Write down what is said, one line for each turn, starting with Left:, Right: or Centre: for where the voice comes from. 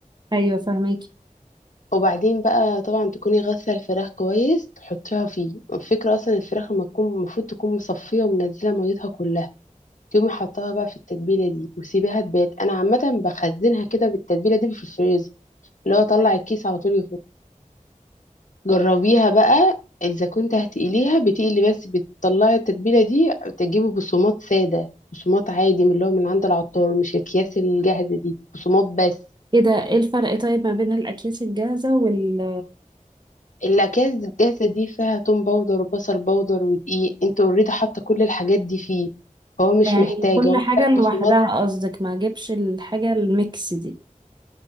Right: ايوه فاهمك
Left: وبعدين بقى طبعا تكوني غاسلة الفراخ كويس تحطيها فيه الفكرة اصلا الفراخ لما تكون المفروض تكون مصفية ومنزلة ميتها كلها تقومي حطاها بقى في التتبيله دي وسيبيها تبات انا عامه بخزنها كده بالتتبيله دي في الفريزر اللي هو طلع الكيس على طول يفوت جربيها بقى اذا كنت هتقليها بتقلي بس بتطلعي التتبيله دي تجيبي بصومات ساده بصومات عادي من اللي هو من عند العطار مش الاكياس الجاهزه دي بصومات بس
Right: ايه ده ايه الفرق طيب ما بين الاكياس الجاهزة وال
Left: الاكياس الجاهزه دي فيها توم باودر وبصل باودر ودقيق انت اوريدي حاطه كل الحاجات دي فيه هو مش
Right: يعني
Left: محتاج
Right: كل
Left: هو محتاج
Right: حاجة لوحدها
Left: بصمات
Right: قصدك ما اجيبش الحاجة الميكس دي